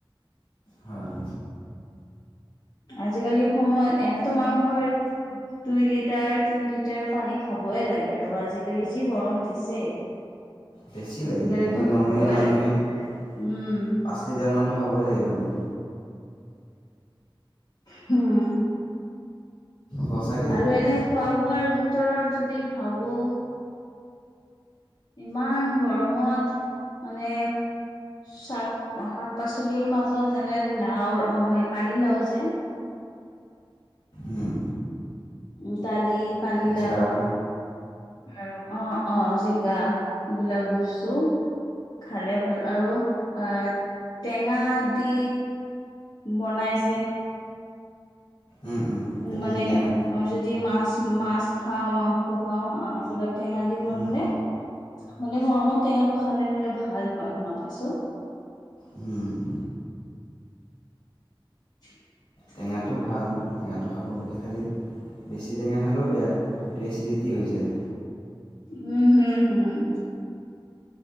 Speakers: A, on the left; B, on the left.
A: হয়।
B: আজিকালি সময়ত এনেতো মানুহৰ দুই লিটাৰ তিন লিটাৰ পানী খাব। হ'বই লাগে আৰু আজিকালি যি গৰম দিছে
A: বেছি লাগে
B: আজিকালিতো
A: এনেই নৰ্মেলি
B: খাবই
A: মানুহে
B: লাগে
A: পাঁচ
B: উম
A: লিটাৰমানানতটো খাবই লাগিব নি
B: হম।
A: সঁচাকেই
B: আৰু এনে খোৱা বোৱাৰ ভিতৰত যদি ভাবো ইমান গৰমত মানে শাক শাক পাচলিৰ মাজত যেনে লাওৰ ম পানী লাও যে।
A: উম
B: উ দালি পানী
A: জিকা
B: লাও। আৰু অ- অ জিকা এইবিলাক বস্তু খালে ভাল আৰু আৰু টেঙা দি বনাই যে।
A: উম, উম,
B: উ
A: তেতেলী
B: মানে
A: টেঙা
B: আমি যদি মাছ মাছ খাওঁ মাংস খাওঁ অ এইবিলাক। টেঙা দিয়ে বনালে।
A: উম,
B: মানে গৰমত টেঙাটো খালে বোলে ভাল হয় শুনা পাইছো।
A: উম।
B: <inaudible>
A: টেঙাটো ভাল টেঙাটো খাবলৈাগে খালি বেছি টেঙা খালেও বেয়া এইটো এচিডিটি হৈ যায়
B: উম হম হম